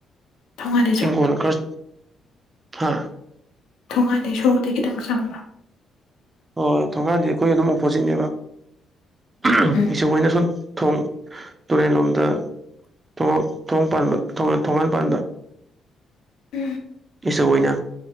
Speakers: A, on the left; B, on the right.
A: ꯊꯣꯡꯒꯥꯟꯗꯩ ꯆꯪꯕ꯭ꯔꯣ
B: ꯍꯤꯡꯒꯣꯜ ꯈꯔꯥ ꯍꯥ
A: ꯊꯣꯡꯉꯥꯟꯗꯩ ꯁꯣꯔꯣꯛꯊꯩ ꯈꯤꯇꯪ ꯆꯪꯕ꯭ꯔꯥ
B: ꯍꯣꯏ ꯍꯣꯏ ꯊꯣꯡꯒꯥꯟꯗꯤ ꯑꯩꯈꯣꯏ ꯑꯗꯨꯝ ꯑꯣꯄꯣꯖꯤꯠꯅꯦꯕ <unintelligible>
A: ꯎꯝ
B: ꯁꯨꯝ ꯊꯣꯡ ꯇꯨꯔꯦꯟ ꯂꯣꯝꯗ ꯊꯣꯡ ꯊꯣꯡ ꯄꯥꯟꯕ ꯊꯣꯡꯒꯥꯟ ꯊꯣꯡꯉꯥꯟ ꯄꯥꯟꯕ
A: <unintelligible>
B: ꯏꯁꯆꯧ ꯑꯣꯏꯅ